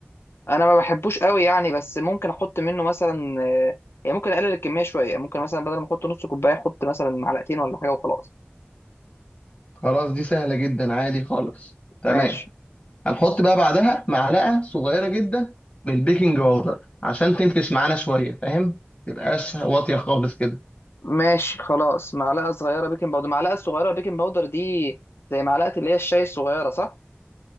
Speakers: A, on the left (about 85°); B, on the left (about 30°).
A: انا ما بحبوش قوي يعني بس ممكن احط منه مثلا آه، يعني ممكن اقلل الكميه شويه يعني ممكن مثلا بدل ما احط نص كوبايه احط مثلا معلقتين ولا حاجه وخلاص
B: خلاص دي سهله جدا عادي خالص تمام
A: ماشي
B: هنحط بقى بعدها معلقه صغيره جدا من البيكنج باودر عشان تنفش معانا شويه فاهم تبقاش واطيه خالص كده
A: ماشي خلاص معلقه صغيره بيكنج باودر المعلقه الصغيره بيكنج باودر دي زي معلقه اللي هي الشاي الصغيره صح